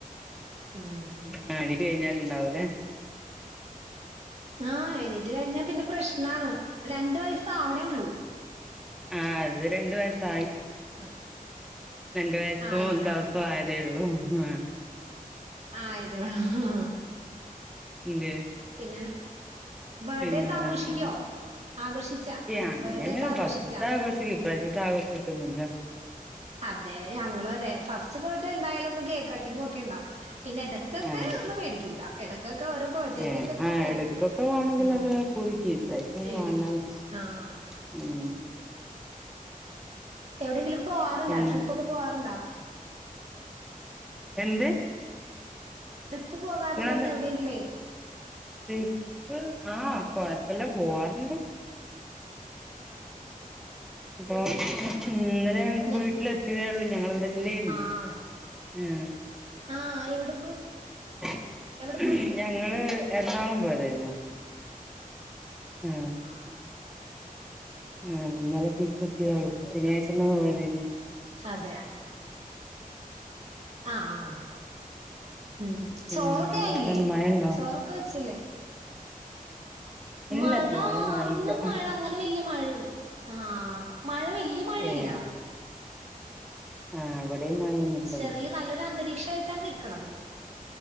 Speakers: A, on the right; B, in the centre.
A: ഉം
B: ആ എണീറ്റ് കഴിഞ്ഞാൽ ഉണ്ടാവുല്ലേ
A: ആഹ് എണീറ്റ് കഴിഞ്ഞാ പിന്നെ പ്രശ്നമാണ് രണ്ട് വയസ്സ് ആവണേ ഉള്ളൂ
B: ആ അത് രണ്ടു വയസായി
A: ആഹ്
B: രണ്ട് വയസ്സോ
A: ആയി
B: ഒരു ദിവസവും ആയതേ ഉള്ളൂ ആഹ്
A: ആയ തേ ഉള്ളോ
B: എന്തെ
A: പിന്നെ ബർത്ത്ഡേ
B: പിന്നെ
A: ഒക്കെ
B: വേറെന്താണ്
A: ആഘോഷിക്കോ ആഘോഷിച്ചാ
B: അങ്ങനെ
A: ബർത്ത്ഡേ ഒക്കെ
B: <unintelligible>
A: ആഘോഷിച്ചാ
B: ആഘോഷിക്കും ഇ പ്രാവശ്യത്തെ ആഘോഷിച്ചിട്ടൊന്നും ഇല്ല
A: അതെ ഞങ്ങളും അതെ ഫസ്റ്റ് ബേർഡ് എന്തായാലും ഒന്ന് കേക്ക് കട്ടിങ്ങും ഒക്കെ ഉണ്ടാവും പിന്നെ കേക്കൊക്കെ
B: ആ അതെ
A: ഒന്നു മേടിക്കൂട്ടാ ഇടക്കൊക്കെ ഓരോ ബെർത്തഡേക്ക്
B: ഏ
A: ഒക്കെ ഒന്ന്
B: ആ
A: മേടിക്കും
B: ഇടക്കൊക്കെ വേണെങ്കിലൊക്കെ
A: ഉം
B: പുതുക്കി ഇപ്രാവശ്യം പിന്നെ
A: മേടിക്കും
B: വേണ്ടാന്ന് വെച്ച്
A: ആഹ്
B: ഉം
A: എവിടെങ്കിലും പോവാറൂണ്ട
B: പിന്നെ
A: ട്രിപ്പൊക്കെ പോവാറുണ്ടോ
B: എന്ത്
A: ട്രിപ്പ് പോകാറുണ്ടോന്ന്
B: നിങ്ങളെന്താ
A: എവിടെങ്കിലേയ്
B: ട്രിപ്പ് ആഹ് കൊഴപ്പല്ല പോവാറുണ്ട് അപ്പൊ ഇന്നലെ
A: ഞ
B: വീട്ടിലെ ട്ടിലെ ഉള്ളൂ ഞങ്ങള് ഇവിടെല്ലേയിരുന്നു
A: ആഹ്
B: ഉം
A: ആഹ് എവിടെ പോയി
B: ആ
A: എവിടെ പോയി
B: ഞങ്ങള് എറണാകുളം പോയതായിരുന്നു ആഹ്
A: ആഹ്
B: ആഹ് ഇന്നലെ തിരിച്ച് എത്തിയതെ ഒള്ളൂ ശനിയാഴ്ച എന്നാ പോയതായിരുന്നു
A: അതെ ആഹ് ആഹ് ഉം
B: പിന്നെന്താണ്
A: ചോറൊക്കെ ആയില്ലേ
B: വർത്താനം മഴണ്ടോ
A: ചോറൊക്കെ വെച്ചില്ലേ
B: ഇല്ല
A: മഴ
B: ചോറൊന്നും ആയില്ല
A: ഇന്നും മഴ അങ്ങനെ വല്യ മഴയില്ല ആ മഴ വല്യ മഴയില്ല
B: ഏഹ് ആഹ് ഇവിടേ മഴ ഒന്നുല്ലെന്ന്
A: ചെറിയ നല്ലൊരു അന്തരീക്ഷ ആയിട്ടാണ് നിൽക്കണത്